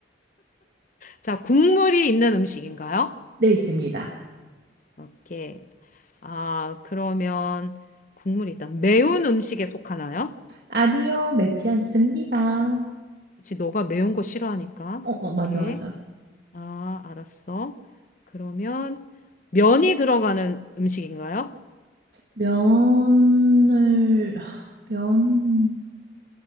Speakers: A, on the left; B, on the right.
A: 자, 국물이 있는 음식인가요?
B: 네, 있습니다.
A: 오케이. 아, 그러면 국물이 있다. 매운 음식에 속하나요?
B: 아니요, 맵지 않습니다.
A: 그치, 너가 매운 거 싫어하니까.
B: 어, 어,
A: 오케이.
B: 맞아, 맞아.
A: 아, 알았어. 그러면 면이 들어가는 음식인가요?
B: 면을, 면,